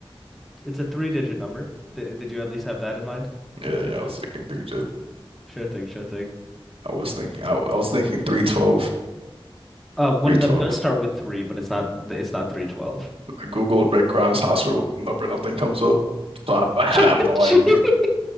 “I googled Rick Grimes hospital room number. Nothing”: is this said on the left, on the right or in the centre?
Right